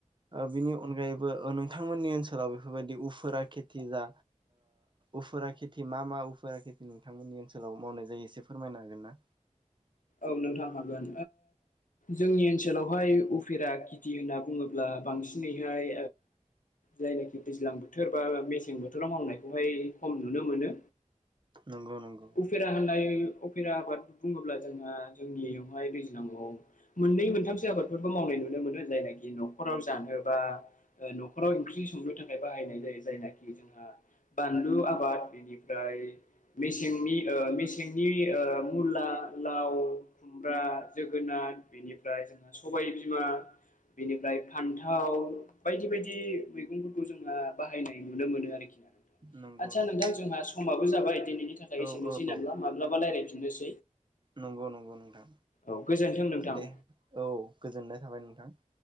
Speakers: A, on the right; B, on the left.
A: बिनि अनगायैबो नोंथांमोननि ओनसोलाव बेफोरबायदि उफुरा खेथि जा उफुरा खेथि मा मा उफुरा खेथि नोंथांमोननि ओनसोलाव मावनाय जायो एसे फोरमायनो हागोन ना?
B: औ नोंथां हागोन जोंनि ओनसोलावहाय उफेरा खेथि होनना बुङोब्ला बांसिनैहाय जायनाखि दैज्लां बोथोर बा मेसें बोथोराव मावनायखौहाय खम नुनो मोनो।
A: नंगौ नंगौ
B: उफेरा होननाय उफेरा आबाद बुङोब्ला जोंहा जोंनियावहाय दैज्लाङाव मोननै मोनथामसो आबादफोरखौ मावनाय नुनो मोनो। जायनाखि न'खराव जानो बा न'खराव ओंख्रि संनो थाखाय बायनाय जायो जायनाखि जोंहा बानलु आबाद बेनिफ्राय मेसेंनि मेसेंनि मुला लाव खुमब्रा जोगोनार बेनिफ्राय जोंहा सबाय बिमा बेनिफ्राय फान्थाव बायदि बायदि मैगंफोरखौ जोङो बाहायनाय नुनो मोनो आरोखि
A: नंगौ
B: आदसा
A: नंगौ
B: नोंथां जोंहा समाबो जाबाय दिनैनि थाखाय
A: औ
B: एसेनोसै
A: औ
B: नामा माब्लाबा रायलायफिननोसै।
A: नंगौ नंगौ नोंथां
B: औ गोजोन्थों नोंथां
A: दे औ गोजोननाय थाबाय नोंथां <inaudible>